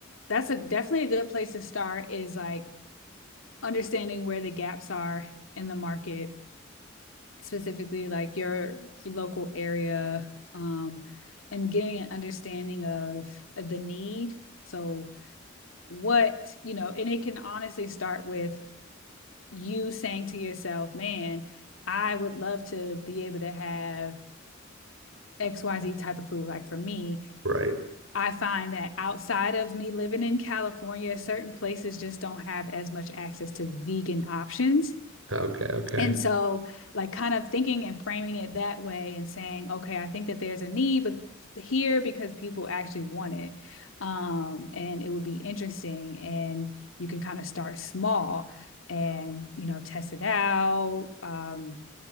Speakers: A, on the left (about 75°); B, on the right (about 80°).
A: that's a definitely a good place to start is like understanding where the gaps are in the market specifically like your, your local area um, and getting an understanding of the need. So, what, you know, and it can honestly start with you saying to yourself, man, I would love to be able to have XYZ type of food. Like for me,
B: right.
A: I find that outside of me living in California, certain places just don't have as much access to vegan options.
B: Okay, okay.
A: And so, like, kind of thinking and framing it that way and saying, okay, I think that there's a need, but here because people actually want it. Um, and it would be interesting. And you can kind of start small and, you know, test it out um,